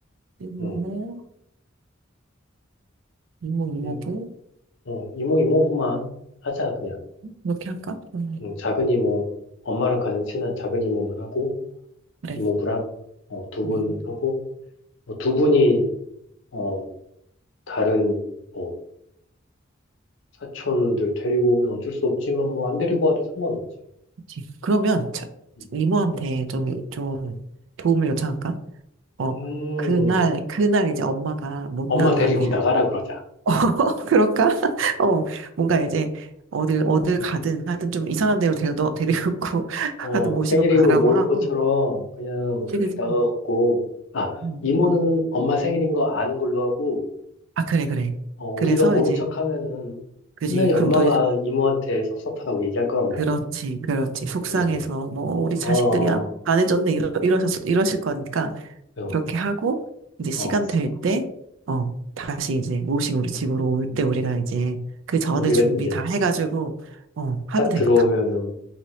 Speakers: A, on the right; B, on the left.
A: 이모,
B: 응.
A: 이모, 이모부,
B: 그냥 어 이모 이모부만 하자 그냥.
A: 이렇게 할까? 음,
B: 응, 작은 이모 엄마랑 가장 친한 작은 이모만 하고
A: 그래.
B: 이모부랑 어, 두
A: 음,
B: 분하고 어, 두 분이 어 다른 뭐 사촌들 데리고 오면 어쩔 수 없지만 뭐 안 데리고 와도 상관없지.
A: 그렇지. 그러면 자,
B: 응.
A: 이모한테 좀, 좀 도움을 요청할까? 어,
B: 음.
A: 그날, 그날 이제 엄마가 못
B: 엄마
A: 나가게.
B: 데리고 나가라 그러자.
A: <laughs> 어, 그럴까? <laughs> 어, 뭔가 이제 어딜, 어딜 가든 하여튼 좀 이상한 데로 데려, 데리고 <laughs>
B: 어,
A: 하여튼 모시고
B: 생일인
A: 가라고
B: 거 모른
A: 하고.
B: 것처럼 그냥
A: 그지,
B: 이렇게
A: 그지.
B: 나가갖고, 아,
A: 음.
B: 이모는 엄마 생일인 거 아는 걸로 하고,
A: 아, 그래, 그래.
B: 어, 우리가
A: 그래서
B: 모른
A: 이제,
B: 척 하면은
A: 그지.
B: 분명히 엄마가
A: 그럼 또
B: 이모한테 섭섭하다고 얘기할 거란 말이야.
A: 그렇지, 그렇지. 속상해서,
B: 그래, 그래.
A: 뭐, 우리
B: 어,
A: 자식들이 아- 안 해줬네, 이러, 이러셨, 이러실 거니까,
B: 어,
A: 그렇게 하고, 이제 시간
B: 어.
A: 될 때, 어, 다시 이제 모시고 우리 집으로 올 때 우리가 이제 그 전에
B: 우리가
A: 준비
B: 이제
A: 다 해가지고, 어, 하면
B: 딱
A: 되겠다.
B: 들어오면은